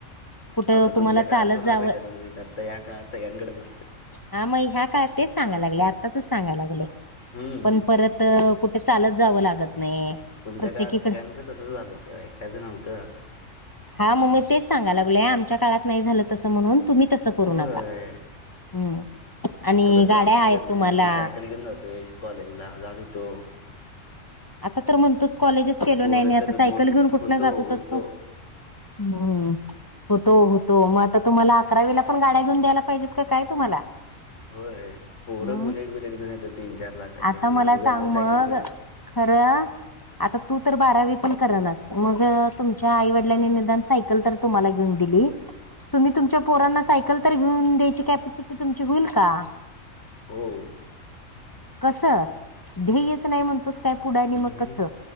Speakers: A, on the left; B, on the left.
A: कुठं
B: आता
A: तुम्हाला
B: तुमच्या
A: चालत
B: काळात कोणाला
A: जावं
B: भेटत नव्हतं आता ह्या काळात सगळ्यांकडेच असते
A: हा मग ह्या काळात तेच सांगाय लागलेय आत्ताचच सांगाय लागलेय
B: हम्म.
A: पण परत कुठं चालत जावं लागत नाही
B: तुमच्या
A: प्रत्येकीकडे
B: काळात सगळ्यांचं तसच झालं होतं एकट्याचं नव्हतं
A: हा मग म तेच सांगाय लागलोय आमच्या काळात नाही झालं तसं म्हणून तुम्ही तसं करू
B: होय.
A: नका हम्म आणि
B: आता तसं
A: गाड्या
B: आमच्याकडे
A: आहेत
B: नाही
A: तुम्हाला
B: आम्ही सायकल घेऊन जातोय कॉलेजला जात होतो
A: आता तर म्हणतोच कॉलेजच केलो
B: पोरं
A: नाही नाही आता
B: तर
A: सायकल
B: बुट
A: घेऊन कुठनं
B: होतो,
A: जात होतास
B: होतो.
A: तु? हम्म होतो होतो मग आता तुम्हाला अकरा वीला पण गाड्या घेऊन द्यायला पाहिजेत काय तुम्हाला
B: होय पोरं
A: हम्म
B: बुलेट बिलेट घेऊन येत्यात तीन चार लाखाच्या
A: आता
B: आणि
A: मला
B: आम्ही
A: सांग
B: जातोय
A: मग
B: सायकल घेऊन
A: खरं.. आता तू तर बारावी पण कर नास मग तुमच्या आईवडिलांनी निदान सायकल तर तुम्हाला घेऊन दिली तुम्ही तुमच्या पोरांना सायकल तर घेऊन द्यायची कॅपॅसिटी तुमची होईल का?
B: हो
A: कसं ध्येयच नाही म्हणतोस काय पुढं आणि मग
B: ध्येय..
A: कसं